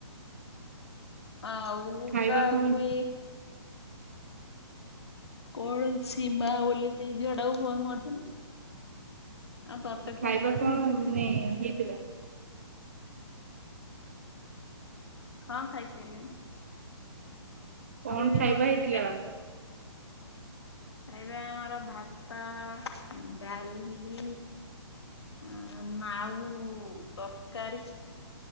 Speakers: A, on the left (about 65°); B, on the right (about 30°).
A: ଆଉ
B: ଖାଇବା
A: କାହାକୁ
B: କଣ ହେଇଛି?
A: ଏ କଣ ସୀମା ବୋଲି ସେଇ ଝିଅଟାକୁ ଫୋନ୍ କରିଥିଲି। ଆଉ ତତେ
B: ଆ ଖାଇବା
A: ଫୋନ କରିଥିଲି
B: କଣ
A: ସେତିକି
B: ମାନେ
A: ତ
B: ହେଇଥିଲା?
A: ହଁ ଖାଇସାଇଲିଣି।
B: କଣ
A: ଖାଇସାରିଲୁଣି
B: ଖାଇବା ହେଇଥିଲା?
A: ଖାଇବା ଆମର ଭାତ, ଡାଲି ଆଉ ନାଉ ତରକାରୀ।